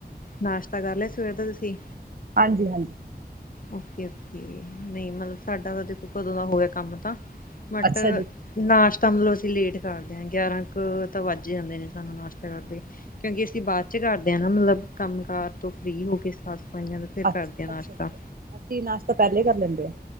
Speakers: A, on the left; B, on the right.
A: ਨਾਸ਼ਤਾ ਕਰ ਲਿਆ ਸਵੇਰ ਦਾ ਤੁਸੀਂ?
B: ਹਾਂਜੀ, ਹਾਂਜੀ।
A: ਓਕੇ ਓਕੇ ਨਹੀਂ ਮਤਲਬ ਸਾਡਾ ਤਾਂ ਦੇਖੋ ਕਦੋਂ ਦਾ ਹੋਇਆ ਕੰਮ ਤਾਂ ਬਟ
B: ਅੱਛਾ ਜੀ
A: ਨਾਸ਼ਤਾ ਮਤਲਬ ਅਸੀਂ ਲੇਟ ਕਰਦੇ ਹਾਂ ਗਿਆਰਾਂ ਕੁ ਤਾਂ ਵੱਜ ਈ ਜਾਂਦੇ ਨੇ। ਨਾਸ਼ਤਾ ਕਰਦੇ ਕਿਉਂਕਿ ਅਸੀਂ ਬਾਅਦ ਚ ਕਰਦੇ ਹਾਂ ਨਾ ਮਤਲਬ ਕੰਮ ਕਾਰ ਤੋਂ ਫਰੀ ਹੋ ਕੇ ਮਈਆਂ ਤੇ ਫਿਰ
B: ਅੱਛਾ
A: ਕਰਦੇਆਂ ਨਾਸ਼ਤਾ
B: ਅੱਛਾ ਅੱਛਾ ਅਸੀਂ ਨਾਸ਼ਤਾ ਪਹਿਲੇ ਹੀ ਕਰ ਲੈਂਦੇ ਹਾਂ